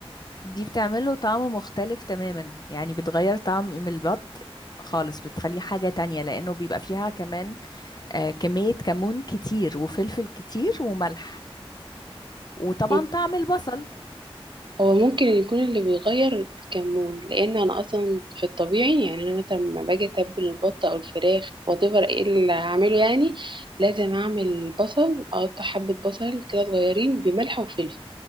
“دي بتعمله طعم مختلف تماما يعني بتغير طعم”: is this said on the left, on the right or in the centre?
Left